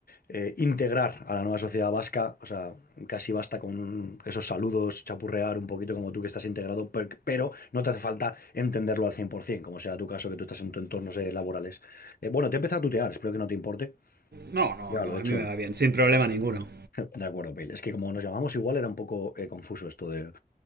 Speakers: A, on the left (about 65°); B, on the right (about 80°).
A: eh, integrar a la nueva sociedad vasca, o sea, casi basta con esos saludos, chapurrear un poquito como tú que estás integrado, per- pero no te hace falta entenderlo al 100%, como sea tu caso, que tú estás en tu entornos eh, laborales. Eh, bueno, te he empezado a tutear, espero que no te importe.
B: No, no,
A: Ya
B: no,
A: lo he
B: a
A: hecho.
B: mí me va bien, sin problema ninguno.
A: De acuerdo, Bill. Es que como nos llamamos igual era un poco eh, confuso esto de,